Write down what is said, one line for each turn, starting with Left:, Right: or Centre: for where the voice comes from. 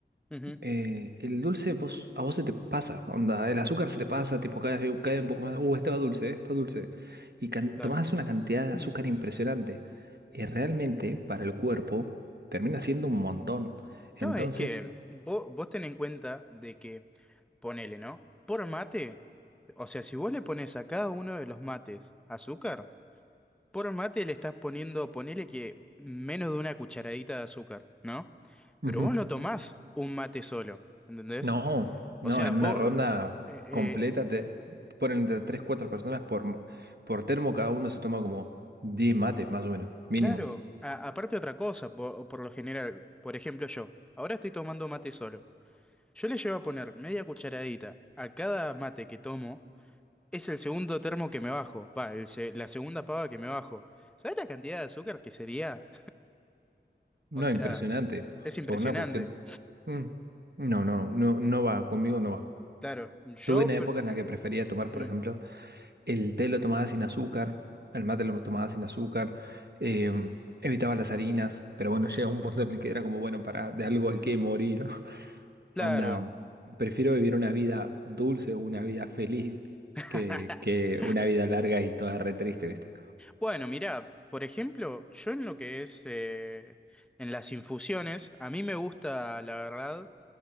Centre: Ujú,
Right: eh, el dulce vos, a vos se te pasa, onda, el azúcar se te pasa, tipo cae vez cae un poco más, uh, este va dulce, eh, está dulce, y can-
Centre: claro.
Right: tomás una cantidad
Centre: <clears throat>
Right: de azúcar impresionante, y realmente para el cuerpo termina siendo un montón, entonces...
Centre: No, es que vos, vos ten en cuenta de que, ponele, ¿no? Por mate, o sea, si vos le pones a cada uno de los mates azúcar, por mate le estás poniendo, ponele que menos de una cucharadita de azúcar, ¿no? Pero
Right: Ujú.
Centre: vos no tomás un mate solo, ¿entendés?
Right: No, no,
Centre: O sea,
Right: en
Centre: vos,
Right: una ronda
Centre: eh, eh,
Right: completa te ponen entre 3 4 personas por, por termo, cada uno se toma como 10 mates, más o menos, mínimo.
Centre: claro, a- aparte otra cosa, por, por lo general, por ejemplo yo, ahora estoy tomando mate solo. Yo le llevo a poner media cucharadita a cada mate que tomo. Es el segundo termo que me bajo. Va, el se- la segunda pava que me bajo. ¿Sabes la cantidad de azúcar que sería?
Right: No,
Centre: O sea,
Right: impresionante,
Centre: es impresionante.
Right: por una cuestión. Mm, No, no, no, no va, conmigo no va.
Centre: Claro, yo...
Right: Tuve una
Centre: pre-
Right: época en la que prefería tomar,
Centre: mm,
Right: por ejemplo, el té lo tomaba sin azúcar, el mate lo tomaba sin azúcar, eh, evitaba las harinas, pero bueno, llega un punto en el que era como, bueno, para de algo hay que morir.
Centre: Claro.
Right: Onda, prefiero vivir una vida dulce o una vida feliz
Centre: <laughs>
Right: que, que una vida larga y toda re triste, ¿viste?
Centre: Bueno, mirá, por ejemplo, yo en lo que es eh, en las infusiones, a mí me gusta, la verdad,